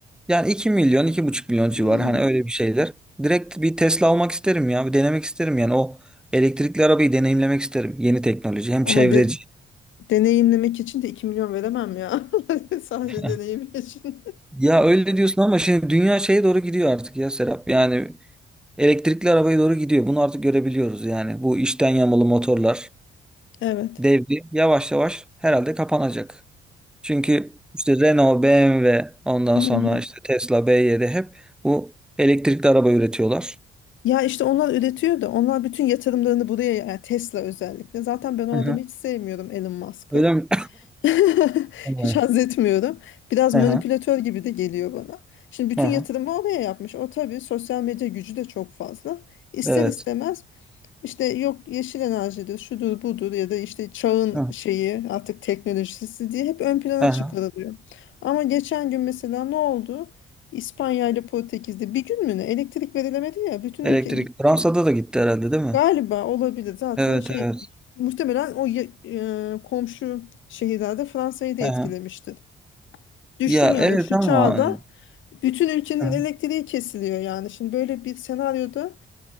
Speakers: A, in the centre; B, on the left.
A: Yani 2 milyon iki buçuk milyon civar
B: Hmm.
A: hani öyle bir şeyler. Direkt bir Tesla almak isterim ya. Bir denemek isterim yani o elektrikli arabayı deneyimlemek isterim. Yeni teknoloji hem
B: Ama
A: çevreci.
B: de- deneyimlemek için de 2 milyon veremem ya. <laughs> Sadece
A: <laughs>
B: deneyim için.
A: Ya öyle diyorsun ama şimdi dünya şeye doğru gidiyor artık ya Serap. Yani elektrikli arabaya doğru gidiyor. Bunu artık görebiliyoruz yani. Bu içten yanmalı motorlar
B: Evet.
A: devri yavaş yavaş herhalde kapanacak. Çünkü işte Renault, BMW, ondan
B: <laughs>
A: sonra işte Tesla, BYD hep bu elektrikli araba üretiyorlar.
B: Ya işte onlar üretiyor da onlar bütün yatırımlarını buraya yani Tesla özellikle. Zaten ben o
A: Hı
B: adamı
A: hı.
B: hiç sevmiyorum Elon Musk'ı.
A: Öyle mi?
B: <laughs>
A: <coughs> Hı
B: Hiç haz etmiyorum. Biraz
A: hı.
B: manipülatör gibi de geliyor bana. Şimdi bütün
A: Hı hı.
B: yatırımı oraya yapmış. O tabii sosyal medya gücü de çok fazla. İster
A: Evet.
B: istemez işte yok yeşil enerjidir, şudur budur ya da işte çağın
A: Hı hı.
B: şeyi artık teknolojisi diye hep ön plana
A: Hı
B: çıkarılıyor.
A: hı.
B: Ama geçen gün mesela ne oldu? İspanya ile Portekiz'de bir gün mü ne elektrik verilemedi ya bütün
A: Elektrik
B: ülke
A: Fransa'da da gitti herhalde değil mi?
B: Galiba olabilir. Zaten
A: Evet
B: şey
A: evet.
B: muhtemelen o ya- e, komşu şehirlerde Fransa'yı da etkilemiştir.
A: Hı hı.
B: Düşün
A: Ya
B: yani
A: evet
B: şu
A: ama
B: çağda
A: e,
B: bütün ülkenin
A: Hı.
B: elektriği kesiliyor yani. Şimdi böyle bir senaryoda